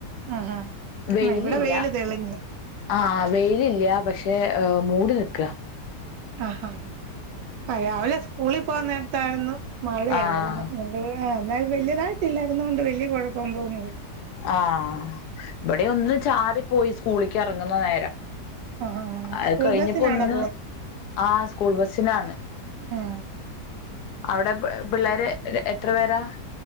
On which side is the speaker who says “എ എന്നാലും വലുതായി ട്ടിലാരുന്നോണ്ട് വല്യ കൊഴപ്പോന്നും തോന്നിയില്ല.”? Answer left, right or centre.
Right